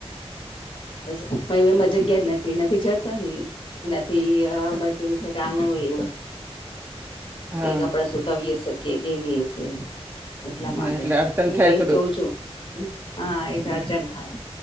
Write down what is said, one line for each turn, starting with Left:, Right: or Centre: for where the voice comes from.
Left: બસ <unintelligible> એમાં જગ્યા જ નથી નથી છત એનાથી બજુમ થ કે આણું હોય એવું
Right: હા
Left: કે કપડા સુતાવીએ શકીએ કેવી એટલા માટે
Right: હા એટલે અડચણ
Left: હું
Right: થાય
Left: કઈ
Right: થોડુંક
Left: જ જોઉં છું. હા એ
Right: હમ,
Left: અર્જન્ટ થાય